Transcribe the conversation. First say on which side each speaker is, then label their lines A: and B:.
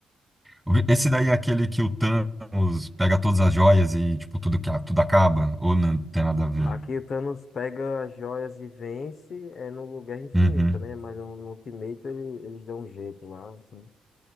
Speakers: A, in the centre; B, on the left.
A: O vi- Esse daí é aquele que o Thanos pega todas as joias e, tipo, tudo, que- tudo acaba? Ou não tem nada a ver?
B: Aqui o Thanos pega as joias e vence, é no Guerra Infinita,
A: Uhum.
B: né? Mas no, no Ultimato ele- eles dão um jeito lá, assim.